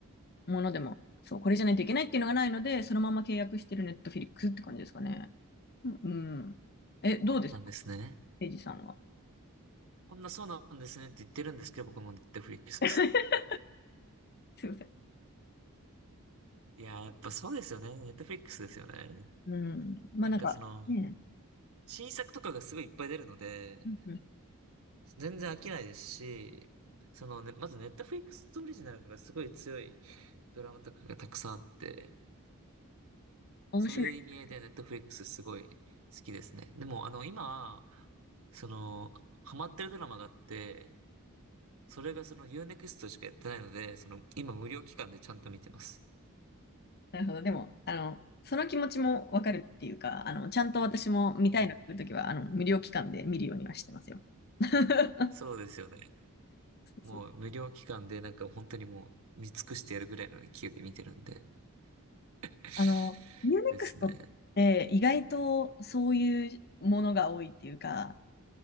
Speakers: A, on the left (about 45°); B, on the right (about 65°).
A: ものでも、そう、これじゃないといけないっていうのがないので、そのまま契約してる Netflix って感じですかね。うん。うんえ、どうですか
B: そうなんですね。
A: エイジさんは。
B: こんなそうなんですねって言ってるんですけど、僕もネットフリックスです。
A: <laughs> すいません。
B: いやー、やっぱそうですよね。ネットフリックスですよね。
A: うん。まあなんか、
B: なんかその、
A: ねえ、
B: 新作とかがすごいいっぱい出るので、
A: うんうん、
B: 全然飽きないですし、そのね、まずネットフリックスオリジナルがすごい強いドラマとかがたくさんあって、
A: 面白いです。
B: そういう意味合いでネットフリックスすごい好きですね。でもあの今、そのハマってるドラマがあって、それがそのユーネクストしかやってないので、その今無料期間でちゃんと見てます。
A: なるほど。でも、あの、その気持ちもわかるっていうか、あの、ちゃんと私も見たいの来るときは、
B: はい。
A: あの、無料期間で見るようにはしてますよ。<laughs> そう
B: そうですよね。もう無料期間でなんか本当にもう見尽くしてやるぐらいの勢いで見てるんで。
A: そう
B: <laughs>
A: あの、ユーネクストって意外とそういうものが多いっていうか、
B: ですね。